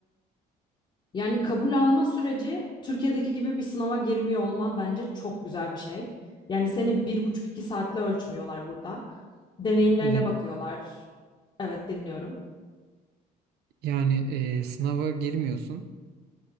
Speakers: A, on the left; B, on the right.
A: Yani kabul alma süreci Türkiye'deki gibi bir sınava girmiyor olman bence çok güzel bir şey. Yani seni bir buçuk iki saatle ölçmüyorlar burada. Deneyimlerine
B: Bir de
A: bakıyorlar. Evet dinliyorum.
B: yani e, sınava girmiyorsun.